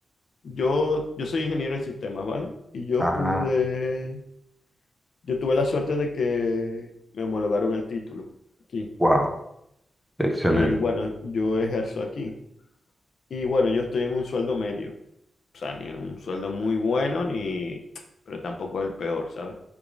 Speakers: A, on the left; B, in the centre.
A: yo, yo soy ingeniero en sistemas, ¿vale? Y yo
B: Ah,
A: pude, yo tuve la suerte de que me homologaron el título aquí.
B: wow. Excelente.
A: Y bueno, yo ejerzo aquí. Y bueno, yo estoy en un sueldo medio, o sea, ni un sueldo muy bueno, ni, pero tampoco es el peor, ¿sabes?